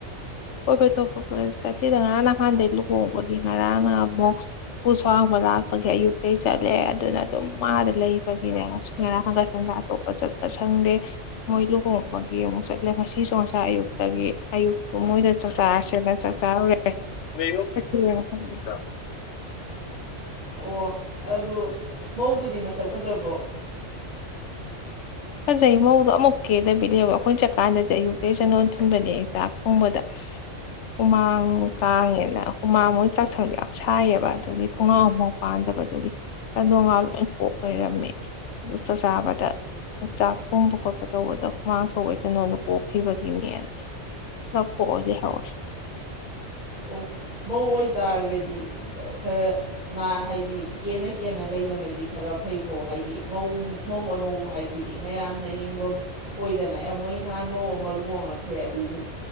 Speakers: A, on the left; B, on the left.
A: ꯀꯣꯏꯕ ꯊꯣꯛꯄ ꯄꯥꯛꯅ ꯆꯠꯇꯦꯗ ꯉꯔꯥꯡ ꯅꯍꯥꯟꯗꯩ ꯂꯨꯍꯣꯡꯕꯒꯤ ꯉꯔꯥꯡ ꯑꯗꯥ ꯄꯨꯨ ꯁꯣꯍꯥꯡꯕ ꯂꯥꯛꯄꯒꯤ ꯑꯌꯨꯛꯇꯩ ꯆꯠꯂꯦ ꯑꯗꯨꯅ ꯑꯗꯨꯝ ꯃꯥꯗ ꯂꯩꯕꯒꯤꯅꯦ ꯉꯁ ꯉꯔꯥꯡ ꯍꯪꯒꯠ ꯍꯟꯗꯥ ꯑꯇꯣ ꯄꯥ ꯆꯠꯄ ꯁꯪꯗꯦ ꯃꯣꯏ ꯂꯨꯍꯣꯡꯕꯒꯤ ꯑꯃꯨꯛ ꯆꯠꯂꯦ ꯉꯁꯤꯁꯨ ꯉꯁꯥꯏ ꯑꯌꯨꯛꯇꯒꯤ ꯑꯌꯨꯛ ꯃꯣꯏꯗ ꯆꯥꯛ ꯆꯥꯔꯁꯦꯅ ꯆꯥꯛ ꯆꯔꯨꯔꯦ <unintelligible>
B: ꯑꯣ ꯑꯗꯨ ꯃꯧꯗꯨꯗꯤ ꯃꯁꯛ ꯐꯖꯕ꯭ꯔꯣ
A: ꯐꯖꯩ ꯃꯧꯗꯣ ꯑꯃꯨꯛ ꯀꯦꯗꯕꯤꯗꯦꯕ ꯑꯈꯣꯏ ꯆꯠꯀꯥꯟꯗꯗꯤ ꯑꯌꯨꯛꯇꯩ ꯆꯟꯗꯣꯟ ꯊꯤꯟꯕꯅꯦ ꯑꯩ ꯆꯥꯛ ꯊꯣꯡꯕꯗ ꯍꯨꯃꯥꯡ ꯀꯥꯡꯉꯦꯅ ꯍꯨꯃꯥꯡ ꯃꯣꯏ ꯆꯥꯛꯁꯪꯗꯣ ꯌꯥꯝ ꯁꯥꯏꯌꯦꯕ ꯑꯗꯨꯒꯤ ꯊꯣꯡꯅꯥꯎ ꯑꯝꯃꯥꯎ ꯄꯥꯟꯗꯕꯗꯨꯒꯤ ꯆꯟꯗꯣꯡ ꯉꯥ ꯂꯣꯏ ꯀꯣꯛ ꯂꯩꯔꯝꯃꯦ ꯑꯗꯨ ꯆꯥꯛꯆꯥꯥꯕꯗ ꯆꯥꯛ ꯊꯣꯡꯕ ꯈꯣꯠꯄ ꯇꯧꯕꯗ ꯍꯨꯃꯥꯡ ꯁꯧꯕꯩ ꯆꯟꯗꯣꯟꯗꯣ ꯀꯣꯛꯈꯤꯕꯒꯤꯅꯦꯅ ꯂꯝ ꯀꯣꯛꯑꯒ ꯂꯩꯍꯧꯋꯦ
B: ꯑꯣ ꯃꯧ ꯑꯣꯏꯇꯥꯔꯒꯗꯤ ꯈꯔ ꯅꯥ ꯍꯥꯏꯗꯤ ꯀꯦꯅ ꯀꯦꯅ ꯂꯩꯕꯅꯗꯤ ꯈꯔ ꯐꯩꯀꯣ ꯍꯥꯏꯗꯤ ꯃꯧ ꯃꯧ ꯑꯅꯧꯕ ꯍꯥꯏꯁꯤꯗꯤ ꯃꯌꯥꯝꯅ ꯌꯦꯡꯐꯝ ꯑꯣꯏꯗꯅ ꯑꯦ ꯃꯣꯏ ꯅꯍꯥꯟ ꯃꯧ ꯑꯃ ꯂꯣꯍꯣꯡꯉꯛꯈ꯭ꯔꯦ ꯑꯗꯨꯏꯗꯨ